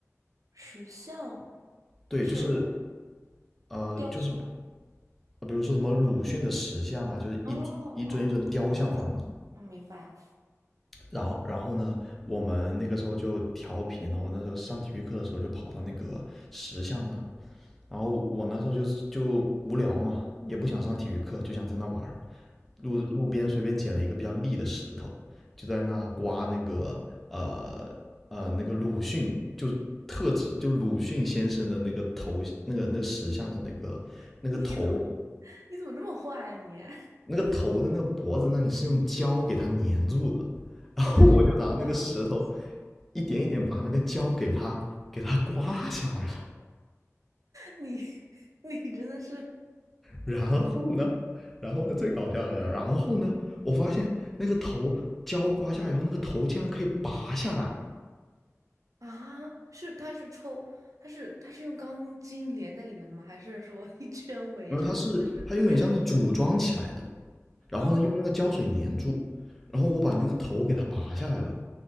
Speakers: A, on the right (about 85°); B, in the centre.
A: 石像
B: 对，
A: 是
B: 就是呃就是
A: 雕塑，
B: 呃比如说什么鲁迅的石像啊，就是一一尊一尊的雕像放在那。
A: 哦哦，头像，嗯，明白。
B: 然后然后呢，我们那个时候就调皮，然后那时候上体育课的时候就跑到那个石像那，然后我那时候就就无聊嘛，也不想上体育课，就想在那玩儿，路路边随便捡了一个比较立的石头，就在那刮那个呃呃那个鲁迅就。特指就鲁迅先生的那个头，那个那个石像的那个那个头
A: <laughs> 你怎么你怎么这么坏啊你？<laughs>
B: 那个头的那个脖子那里是用胶给它粘住的，
A: 那他之前可能断过一次。
B: 然后我就拿那个石头一点一点把那个胶给它给它刮下来了。
A: 你 <laughs> 你真的是，
B: 然后呢，然后呢最搞笑的是然后呢，我发现那个头胶刮下来以后，那个头竟然可以拔下来，
A: 啊，是他是抽，他是他是用钢筋连在里面的吗？还是说一圈围着，
B: 然后它是它有点像是组装起来的，
A: 就是围了个脖子。
B: 然后呢用那个胶水粘住。
A: 啊？
B: 然后我把那个头给它拔下来了，